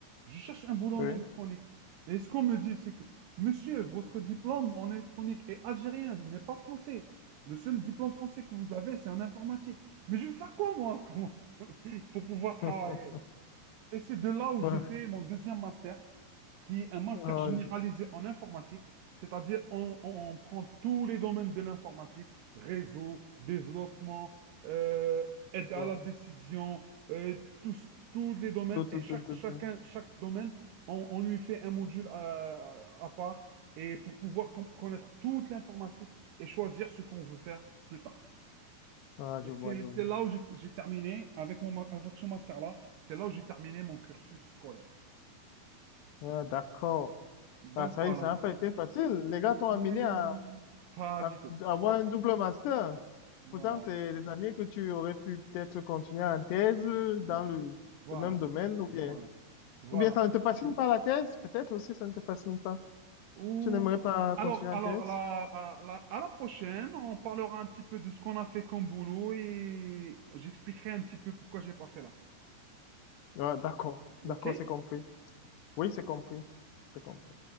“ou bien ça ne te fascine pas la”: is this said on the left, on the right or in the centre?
Left